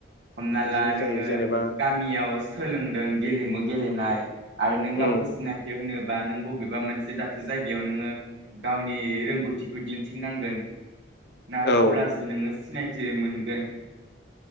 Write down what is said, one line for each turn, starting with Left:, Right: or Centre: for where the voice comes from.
Right: हमना
Left: बिदिनो
Right: ला नोङो
Left: जायो जेनेबा
Right: गामियाव सोलोंदों गेलेमु गेलेनाय आरो नों गावखौ
Left: उम
Right: सिनायथि होनो बा नों बबेबा मोनसे दाबसे जायगायाव नोङो गावनि रोंगौथिखौ दिन्थिनांगोन ना
Left: औ
Right: अब्लासो नोङो सिनायथि मोनगोन